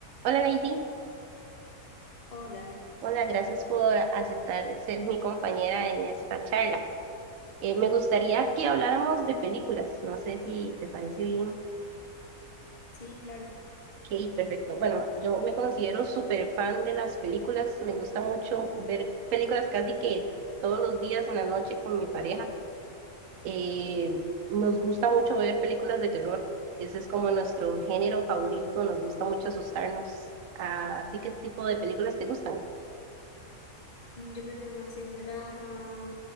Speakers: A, on the right; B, on the left.
A: Hola Lady,
B: Hola,
A: hola, gracias por aceptar ser mi compañera en esta charla. Eh, me gustaría que habláramos de películas, no sé si te parece bien.
B: sí, claro.
A: Ok, perfecto. Bueno, yo me considero súper fan de las películas, me gusta mucho ver películas casi que todos los días en la noche con mi pareja. Eh, nos gusta mucho ver películas de terror, ese es como nuestro género favorito, nos gusta mucho asustarnos. ¿A ti qué tipo de películas te gustan?
B: Mm, Yo prefiero más el drama,